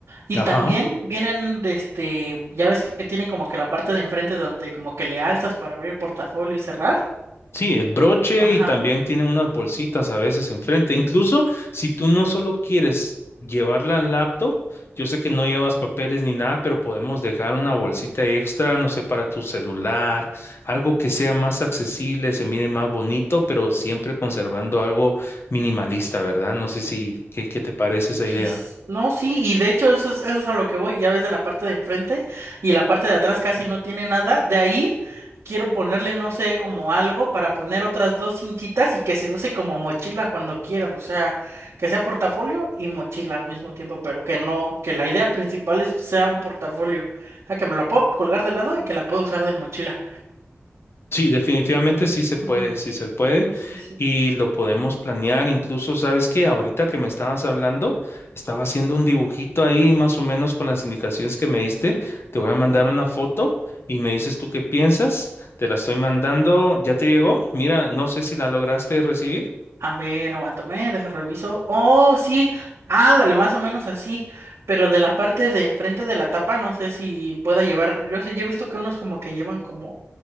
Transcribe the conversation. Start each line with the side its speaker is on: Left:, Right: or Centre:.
Right: Y
Left: Ajá.
Right: también vienen, de este, ya ves que tienen como que la parte de enfrente donde como que le alzas para abrir el portafolio y cerrar.
Left: Sí, el broche
Right: Ajá.
Left: y también tienen unas bolsitas a veces enfrente. Incluso si tú no solo quieres llevar la laptop, yo sé que no llevas papeles ni nada, pero podemos dejar una bolsita extra, no sé, para tu celular, algo que sea más accesible, se mire más bonito, pero siempre conservando algo minimalista, ¿verdad? No sé si, ¿qué, qué te parece esa
Right: Yes.
Left: idea?
Right: No, sí, y de hecho eso es, eso es a lo que voy, ya ves de la parte de enfrente y la parte de atrás casi no tiene nada, de ahí quiero ponerle, no sé, como algo para poner otras dos cintitas y que se use como mochila cuando quieras, o sea, que sea portafolio y mochila al mismo tiempo, pero que no, que la idea principal es sea un portafolio, o sea, que me la puedo colgar de lado y que la puedo usar de mochila.
Left: Sí, definitivamente sí se
Right: Ujú,
Left: puede, sí se puede
Right: Sí, sí.
Left: y lo podemos planear. Incluso, ¿sabes qué? Ahorita que me estabas hablando, estaba haciendo un dibujito ahí más o menos con las indicaciones que me diste. Te voy a mandar una foto y me dices tú qué piensas. Te la estoy mandando. ¿Ya te llegó? Mira, no sé si la lograste recibir.
Right: A ver, aguántame, deja reviso. Oh, sí, ándale, más o menos así. Pero de la parte de enfrente de la tapa, no sé si pueda llevar. Yo sé, yo he visto que unos como que llevan como